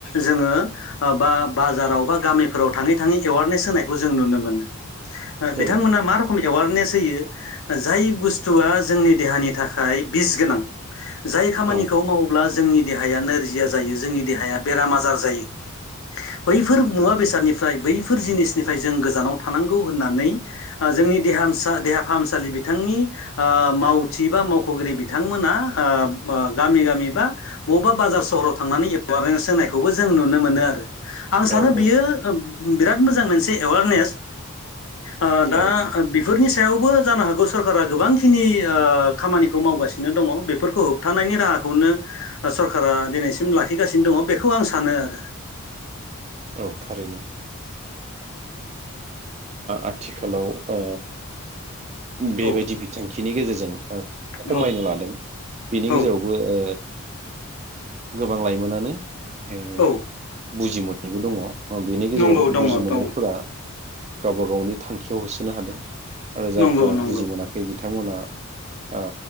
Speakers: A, on the left; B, on the right.
A: जोङो बा बाजाराव बा गामिफोराव थाङै थाङै एवारनेस होनायखौ जों नुनो मोनो। ओ बिथांमोना
B: औ
A: मा रोखोमै एवारनेस होयो जाय बुस्थुआ जोंनि देहानि थाखाय बिस गोनां जाय खामानिखौ
B: औ
A: मावोब्ला जोंनि देहाया नोरजिया जायो, जोंनि देहाया बेराम आजार जायो बैफोर
B: औ
A: मुवा बेसादनि फ्राय बैफोर जिनिसनिफ्राय जों गोजानाव थानांगौ होननानै ओ जोंनि देहासा देहाफाहामसालि बिथांनि ओ मावथि बा मावख'गिरि बिथांमोना ओ ओ गामि गामि बा बबेबा बाजार सहराव थांनानै एवारनेस होनायखौबो जों नुनो मोनो आरो। आं सानो
B: औ
A: बियो
B: औ
A: बिराद मोजां मोनसे एवारनेस। ओ
B: थारैनो
A: दा बेफोर नि सायावबो जानो हागौ सरकारा गोबांखिनि ओ खामानिखौ मावगासिनो दङ। बेफोरखौ होबथानायनि राहाखौनो सरकारा दिनैसिम लाखिगासिनो दङ बेखौ आं सानो आरो।
B: औ थारैनो। आथिखालाव ओ बेबायदि
A: औ
B: बिथांखिनि गेजेरजों
A: औ
B: खमायनो लादों बेनि
A: औ
B: गेजेरावबो ओ गोबां लाइमोनानो ऐ
A: औ
B: बुजिमोनैबो दङ बेनि गेजेराव
A: नंगौ दङ
B: बुजि मोननायफोरा
A: दङ
B: गावबा गावनि थांखियाव होसोनो हादों आरो जायफोरा
A: नंगौ नंगौ
B: बुजि मोनाखै बिथांमोना ओ